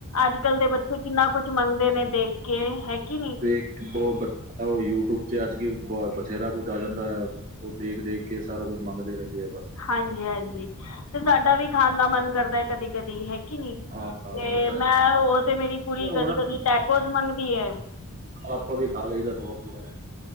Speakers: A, on the left; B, on the right.
A: ਅੱਜ-ਕੱਲ ਦੇ ਬੱਚੇ ਕਿੰਨਾ ਕੁਜ ਮੰਗਦੇ ਨੇ ਦੇਖ ਕੇ, ਹੈ ਕਿ ਨੀ।
B: ਇਕ ਬੋ ਬਹੁਤ ਉਹ ਯੂਟਿਊਬ ਤੇ ਅੱਜ ਕੀ ਬਹੁਤ ਬਥੇਰਾ ਕੁੱਝ ਆ ਜੁੜ ਜਾਂਦਾ ਐ ਉਹ ਦੇਖ ਦੇਖ ਕੇ ਸਾਰਾ ਕੁੱਝ ਮੰਗਦੇ ਰਹਿੰਦੇ ਆ ਬਸ
A: ਹਾਂਜੀ, ਹਾਂਜੀ ਤੇ ਸਾਡਾ ਵੀ ਖਾਣ ਦਾ ਮਨ ਕਰਦੇ ਕਦੀ-ਕਦੀ ਹੈ ਕੇ ਨੀ,
B: ਹਾਂ
A: ਤੇ
B: ਉਹ ਤਾਂ ਹੈ
A: ਮੈਂ ਉਹ ਤੇ ਮੇਰੀ ਕੁੜੀ ਕਦੀ-ਕਦੀ
B: ਹੁਣ
A: ਟੈਕੋਸ ਮੰਗਦੀ ਐ।
B: ਆਪਾਂ ਵੀ ਖਾ ਲਈਦਾ ਥੋੜਾ-ਥੋੜਾ।